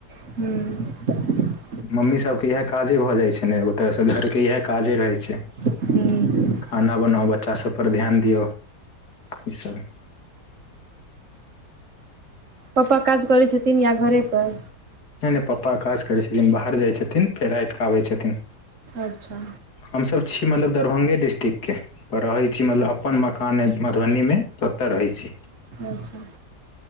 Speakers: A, on the right; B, on the left.
A: हूँ <unintelligible>
B: मम्मीसभके इएह काजे भऽ जाइत छै ने ओ तऽसँ घरके इएह काजे रहै छै।
A: हुं
B: खाना बनाउ बच्चा सबपर ध्यान दिऔ ईसब
A: पप्पा काज करै छथिन या घरे पर।
B: नहि नहि पप्पा काज करै छथिन बाहर जाय छथिन फेर रातिकेँ आबै छथिन।
A: अच्छा
B: हमसभ छी मतलब दरभंगे डिस्टिक्ट के रहै छी मतलब अपन मकान ऐय मधुबनीमे तऽ ओतऽ रहै छी।
A: अच्छा